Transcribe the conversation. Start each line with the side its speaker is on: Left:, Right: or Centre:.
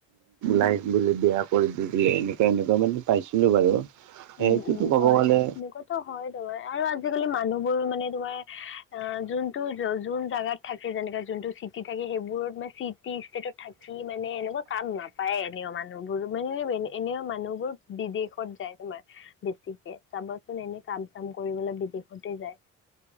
Right: লাইফবোলে বেয়া কৰি দিলি, এনেকুৱা এনেকুৱা মানে পাইছিলো বাৰু। সেইটোতো
Left: উম, উম,
Right: ক'ব
Left: হয়।
Right: গ'লে
Left: লগত টো হয় তোমাৰ আৰু আজি-কালি মানুহবোৰ মানে তোমাৰ অ যোনটো যো যোন জাগাত থাকে। যেনেকা যোনটো চিটি থাকে, সেইবোৰত মানে চিটি, ষ্টেটত থাকি মানে এনেকুৱা কাম নাপায়ে এনেও মানুহবোৰ মানে এনে এনেও মানুহবোৰ বিদেশত যায় তোমাৰ। বেছিকে, চাবচোন এনে কাম চাম কৰিবলে বিদেশতে যায়।